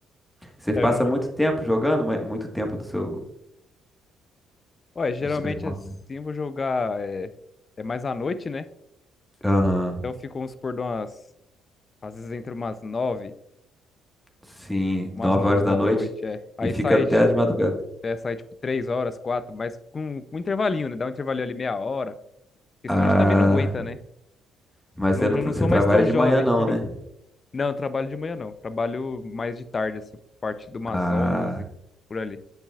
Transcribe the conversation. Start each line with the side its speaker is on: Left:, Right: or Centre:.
Centre: Você passa
Left: É, ge-
Centre: muito tempo jogando, mas muito tempo do seu
Left: olha, geralmente
Centre: dos seus hobbies.
Left: assim
Centre: né?
Left: eu vou jogar é, é mais à noite, né?
Centre: Aham.
Left: Então, Eu fico, vamos supor, de umas, às vezes entre umas nove,
Centre: Sim,
Left: umas
Centre: 9
Left: nove
Centre: horas
Left: da
Centre: da noite
Left: noite, é. Aí
Centre: e fica
Left: sai,
Centre: até
Left: tipo,
Centre: de madrugada.
Left: é, sai, tipo, três horas, quatro, mas com, com um intervalinho, né? Dá um intervalinho ali meia hora, porque
Centre: Ah,
Left: senão a gente também não aguenta, né?
Centre: mas
Left: Não,
Centre: você não,
Left: já
Centre: tra-
Left: não sou
Centre: você trabalha
Left: mais tão
Centre: de
Left: jovem.
Centre: manhã não,
Left: <laughs>
Centre: né?
Left: Não, eu trabalho de manhã, não. Trabalho mais de tarde, assim, parte de umas
Centre: Ah,
Left: onze, por ali.